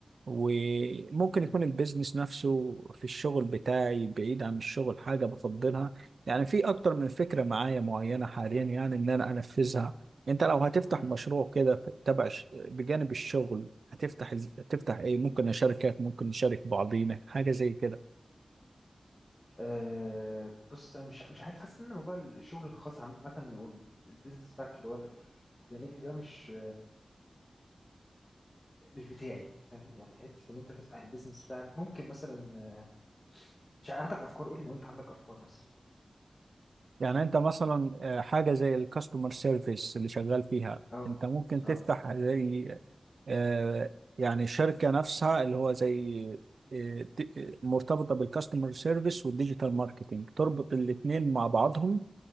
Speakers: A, on the right (about 75°); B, on the left (about 25°).
A: وممكن
B: إمم،
A: يكون البيزنس نفسه في الشغل بتاعي بعيد عن الشغل حاجة بفضلها يعني في اكتر من فكرة معايا معينة حاليا يعني ان انا انفذها انت لو هتفتح
B: إمم،
A: مشروع كده في- تبع ش- بجانب الشغل هتفتح إز- هتفتح ايه ممكن شركات ممكن نشارك بعضينا حاجه زي كده
B: آآ بُص أنا مش مش عارف حاسس إن موضوع الشغل الخاص عامةً والbusiness بتاعك اللي هو الجانبي ده مش مش بتاعي فاهم، يعني حتّة إن أنت تفتح الbusiness بتاعك ممكن مثلًا مش عارف، عندك أفكار قُل لي لو أنت عندك أفكار مثلًا؟
A: يعني انت مثلا آه، حاجه زي الكاستمر سيرفيس اللي شغال فيها
B: آه،
A: انت ممكن تفتح
B: آه،
A: زي آه، يعني شركه نفسها اللي هو زي آه، ت- آه، مرتبطه بالكاستمر سيرفيس والديجيتال ماركتينج تربط الاثنين مع بعضهم